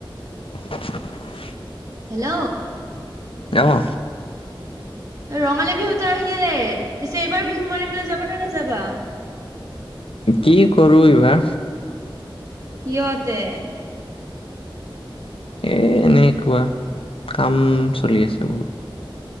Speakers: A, on the left; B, on the right.
A: <inaudible>
B: Hello.
A: অঁ।
B: ৰঙালী বিহুতো আহিলেই, পিছে এইবাৰ বিহু মাৰিবলৈ যাবা নে নাযাবা?
A: কি কৰো এইবা?
B: কিয় তে?
A: এ এনেকুৱা কাম চলি আছে বহুত।